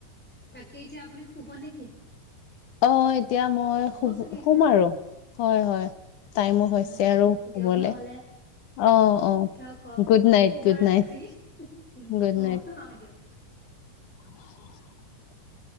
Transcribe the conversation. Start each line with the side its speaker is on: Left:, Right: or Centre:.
Centre: বাকী এতিয়া আপুনি শুব নেকি?
Left: অ এতিয়া মই শুব
Centre: চাগে
Left: শুম
Centre: এতিয়া
Left: আৰু। হয় হয় টাইমো হৈছে
Centre: হয়
Left: আৰু শুবলে।
Centre: দিয়ক নহলে
Left: অহ অহ
Centre: দিয়ক হওক
Left: গুড নাইট
Centre: শুভ
Left: গুড
Centre: ৰাত্ৰি
Left: নাইট
Centre: উম
Left: গুড নাইট।
Centre: অ দিয়ক
Left: <unintelligible>